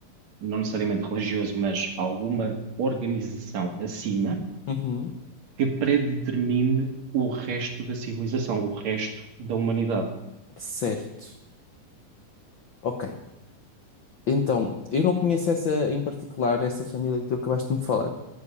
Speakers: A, on the right; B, on the left.
A: não necessariamente religioso, mas alguma organização acima
B: Uhum.
A: que predetermine o resto da civilização, o resto da humanidade.
B: Certo. Ok. Então, eu não conheço essa em particular, essa família que tu acabaste de me falar.